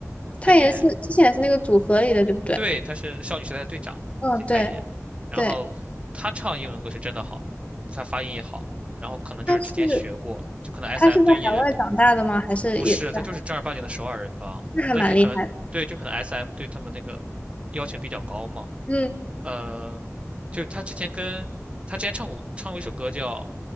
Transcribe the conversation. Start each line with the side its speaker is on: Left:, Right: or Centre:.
Left: 他也是之前也是那个组合里的，
Right: 泰妍，
Left: 对不对？
Right: 对，她是少女时代的队长金泰妍，
Left: 嗯，对
Right: 然后她唱英文歌是真的好，
Left: 对，
Right: 她发音也好，然后可能就是之前学过，
Left: 他是
Right: 就可能 SM
Left: 他是在海外长大的吗？
Right: 对艺人
Left: 还是也在？
Right: 不是，他就是正儿八经的首尔人吧？
Left: 那还蛮厉害的。
Right: 但是可能对，就可能 SM 对他们那个要求比较高嘛。
Left: 嗯
Right: 呃，就他之前跟他之前唱过唱过一首歌叫